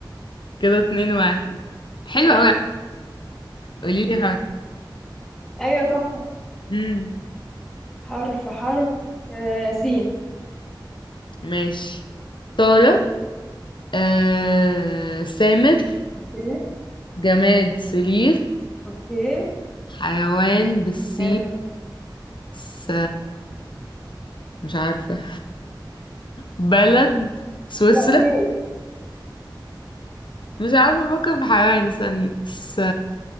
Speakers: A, on the left (about 70°); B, in the centre.
A: كده اتنين واحد حلو
B: ماشي
A: قوي قولي
B: أوكي.
A: لي حاجة
B: ايوه تحفة
A: امم
B: حرف حرف آه سين
A: ماشي طارق آه... سامر
B: اوكي
A: جماد سرير
B: اوكي
A: حيوان بالسين
B: حلو
A: س... مش عارفة بلد سويسرا
B: لا في إيه؟
A: مش عارفة افكر في حيوان استني س...